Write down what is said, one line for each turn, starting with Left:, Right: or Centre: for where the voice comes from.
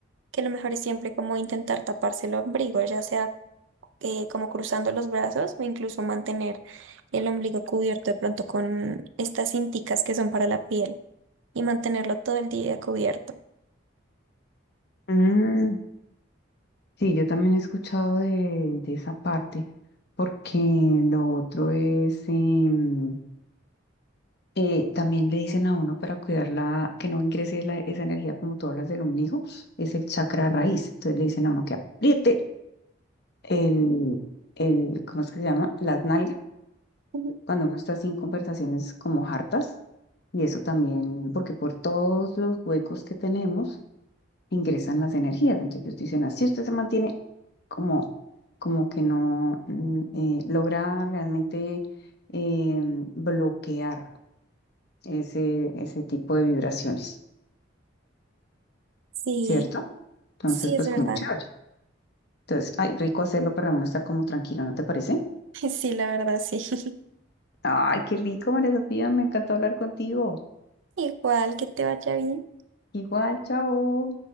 Right: que lo mejor es siempre como intentar taparse el ombligo, ya sea eh, como cruzando los brazos o incluso mantener el ombligo cubierto de pronto con estas cinticas que son para la piel y mantenerlo todo el día cubierto.
Left: Mm, Sí, yo también he escuchado de, de esa parte, porque lo otro es, em, eh, también le dicen a uno para cuidarla, que no ingrese la- esa energía como tú hablas del ombligo, es el chakra raíz. Entonces le dicen a uno que apriete el, el, ¿cómo es que se llama? Las nalgas,
Right: Ujú.
Left: cuando uno está así en conversaciones como hartas. Y eso también, porque por todos los huecos que tenemos, ingresan las energías. Entonces ellos dicen, así usted se mantiene como, como que no mm, eh, logra realmente eh, bloquear ese, ese tipo de vibraciones,
Right: Sí,
Left: ¿cierto? Entonces,
Right: sí
Left: pues
Right: es verdad.
Left: como chévere. Entonces, ay, rico hacerlo para uno estar como tranquilo, ¿no te parece?
Right: <laughs> Sí, la verdad, sí. <laughs>
Left: Ay, qué rico, María Sofía, me encantó hablar contigo.
Right: Igual que te vaya bien.
Left: Igual, chao.